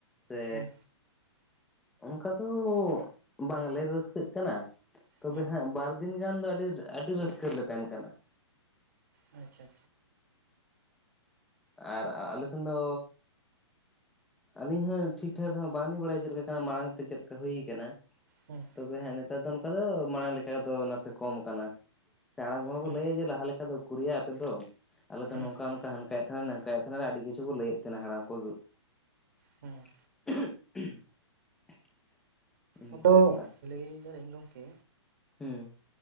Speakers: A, in the centre; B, on the right.
A: ᱥᱮ
B: ᱦᱮᱸ
A: ᱚᱱᱠᱟ ᱫᱚ ᱵᱟᱝᱞᱮ ᱨᱟᱹᱥᱠᱟᱹᱜ ᱠᱟᱱᱟ ᱛᱚᱵᱮ
B: ᱦᱮᱸ
A: ᱦᱟᱸᱜ ᱵᱟᱨ ᱫᱤᱱ ᱜᱟᱱ ᱫᱚ ᱟᱹᱰᱤ ᱟᱹᱰᱤ ᱨᱟᱹᱥᱠᱟᱹ ᱨᱮᱞᱮ ᱛᱟᱦᱮᱱ ᱠᱟᱱᱟ᱾
B: ᱟᱪᱪᱷᱟ
A: ᱟᱨ ᱟᱞᱮ ᱥᱮᱱ ᱫᱚ ᱟᱹᱞᱤᱧ ᱦᱚᱸ ᱴᱷᱤᱠ ᱴᱷᱟᱠ ᱫᱚ ᱦᱟᱸᱜ ᱵᱟᱝᱞᱤᱧ ᱵᱟᱲᱟᱭᱟ ᱪᱮᱫ ᱞᱮᱠᱟ ᱠᱟᱱᱟ ᱢᱟᱲᱟᱝ ᱛᱮ ᱪᱮᱫ ᱞᱮᱠᱟ ᱦᱩᱭ ᱠᱟᱱᱟ᱾
B: ᱦᱩᱸ
A: ᱛᱚᱵᱮ ᱦᱮᱸ ᱱᱮᱛᱟᱨ ᱫᱚ ᱱᱚᱝᱠᱟ ᱫᱚ ᱢᱟᱲᱟᱝ ᱞᱮᱠᱟ ᱫᱚ ᱱᱟᱥᱮ ᱠᱚᱢ ᱠᱟᱱᱟ᱾ ᱥᱮ ᱦᱟᱲᱟᱢ ᱠᱚᱦᱚᱸ
B: ᱦᱮᱸ
A: ᱠᱚ ᱞᱟᱹᱭᱟ ᱡᱮ ᱞᱟᱦᱟ ᱞᱮᱠᱟ ᱫᱚ ᱩᱠᱩᱨᱭᱟ ᱟᱯᱮ ᱫᱚ ᱟᱞᱮᱫᱚ
B: ᱦᱮᱸ
A: ᱱᱚᱝᱠᱟ ᱱᱚᱝᱠᱟ ᱦᱟᱱᱠᱟᱭᱮᱫ ᱛᱟᱦᱮᱸ ᱱᱟᱝᱟᱭ ᱛᱟᱦᱮᱱᱟ ᱟᱹᱰᱤ ᱠᱤᱪᱷᱩ ᱠᱚ ᱞᱟᱹᱭᱮᱫ ᱛᱟᱦᱮᱱᱟ ᱦᱟᱲᱟᱢ ᱠᱚ
B: ᱦᱩᱸ
A: <unintelligible> ᱤᱱᱟᱹ
B: ᱟᱫᱚ
A: ᱠᱚ ᱵᱮᱯᱟᱨ
B: ᱞᱟᱹᱭ ᱫᱟᱞᱤᱧ ᱜᱚᱝᱠᱮ
A: ᱦᱩᱸ